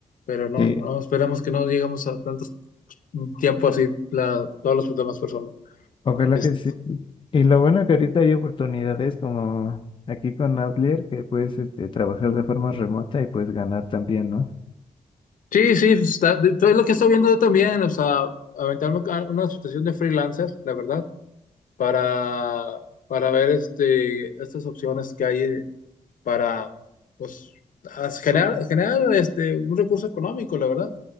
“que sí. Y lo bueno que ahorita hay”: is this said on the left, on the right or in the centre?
Left